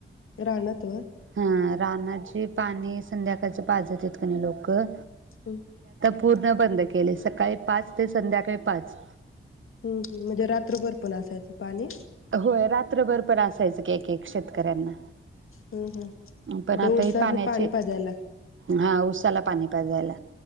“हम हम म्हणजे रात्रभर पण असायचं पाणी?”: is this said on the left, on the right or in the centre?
Left